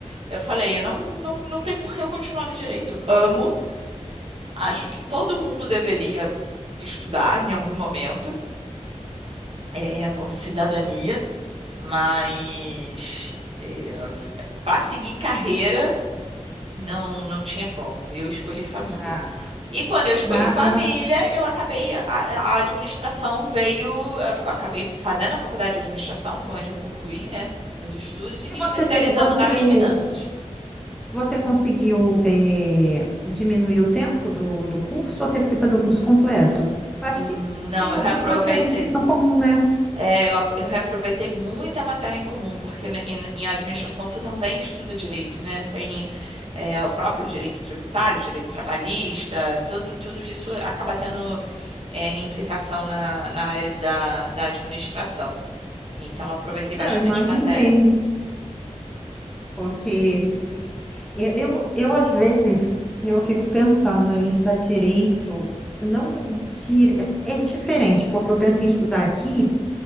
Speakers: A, on the right; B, in the centre.
A: eu falei, eu não, não, não tem por que eu continuar no direito. Amo, acho que todo mundo deveria estudar em algum momento, é, como cidadania, mas é, para seguir carreira, não, não tinha como. Eu escolhi família.
B: Ah,
A: E quando eu escolhi
B: na,
A: família,
B: na...
A: eu acabei, a, a administração veio, eu acabei fazendo a faculdade de administração, foi onde eu concluí, né, meus estudos, e me
B: E você,
A: especializando
B: te- você,
A: na área de finanças.
B: você conseguiu é, diminuir o tempo do, do curso ou teve que fazer o curso completo? Acho
A: Não,
B: que tem
A: eu
B: algumas
A: reaproveitei.
B: matérias que são comuns, né?
A: É, eu, ap- eu reaproveitei muita matéria em comum, porque né, em, em administração você também estuda direito, né? Tem é, o próprio direito tributário, direito trabalhista, tudo, tudo isso acaba tendo é, implicação na, na área de- da, da administração. Então aproveitei
B: Não,
A: bastante
B: eu imaginei.
A: matéria.
B: Porque eu, eu, eu, às vezes, eu fico pensando em estudar direito, não dire... é diferente, porque eu pensei em estudar aqui,